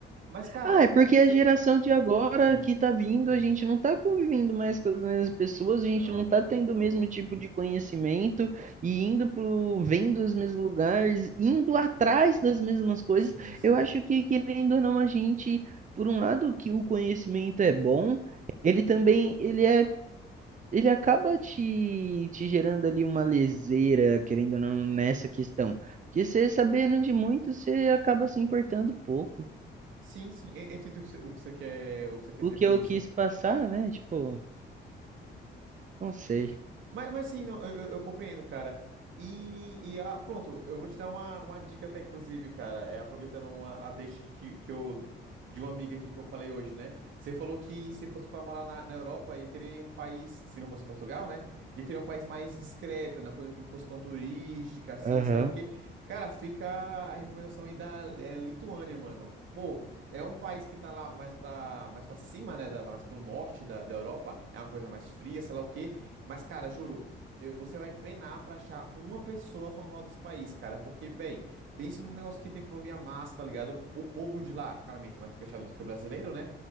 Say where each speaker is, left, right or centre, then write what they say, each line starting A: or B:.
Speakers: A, on the right (about 75°); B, on the right (about 40°).
A: Mas, cara,
B: Ah, é porque
A: cê-
B: a geração de agora
A: sim.
B: que tá vindo, a gente não tá convivendo mais com as mesmas pessoas, a gente
A: Não,
B: não
A: não,
B: tá tendo
A: não.
B: o mesmo tipo de conhecimento e indo pro, vendo os mesmos lugares, indo atrás das mesmas coisas.
A: Sim, sim.
B: Eu acho que, querendo ou não, a gente, por um lado, que o conhecimento é bom, ele também, ele é, ele acaba te, te gerando ali uma leseira, querendo ou não, nessa questão. Porque você sabendo de muito, você acaba se importando pouco.
A: Sim, sim, eu eu entendo o que você o que você quer, o que você quer
B: o
A: dizer
B: que
A: com
B: eu
A: isso.
B: quis passar, né? Tipo, não sei.
A: Mas, mas sim, não, eu, eu- eu compreendo, cara. E, e, ah, pronto, eu vou te dar uma, uma dica, tá, inclusive, cara, é, aproveitando uma, a deixa de que, que eu, de uma amiga aqui que eu falei hoje, né? Você falou que se fosse para morar na, na Europa, ia querer um país, se não fosse Portugal, né? Ia querer um país mais discreto, né? Coisa que não fosse tão turística, assim,
B: Aham.
A: sei lá o quê. Cara, fica a recomendação aí da é, Lituânia, mano. Pô, é um país que tá lá mais pra, mais pra cima, né? Da, mais pro norte da, da Europa. É uma coisa mais fria, sei lá o quê. Mas, cara, juro, eu- você vai penar pra achar uma pessoa falando mal desse país, cara. Porque, véi, pensa num negócio que tem economia massa, tá ligado? O povo de lá, claramente, é mais fechado do que o brasileiro, né?